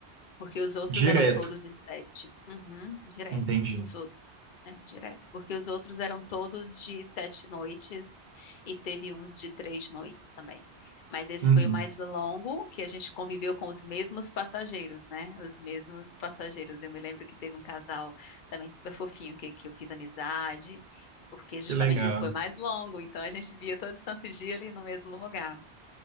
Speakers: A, on the left; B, on the right.
A: Porque os outros
B: Direto.
A: eram todos de sete. Uhum, direto.
B: Entendi.
A: Os outros, é, direto. Porque os outros eram todos de sete noites e teve uns de três noites também. Mas esse
B: Uhum.
A: foi o mais longo, que a gente conviveu com os mesmos passageiros, né? Os mesmos passageiros. Eu me lembro que teve um casal também super fofinho que, que eu fiz amizade, porque justamente
B: Que legal.
A: esse foi mais longo, então a gente via todo santo dia ali no mesmo lugar.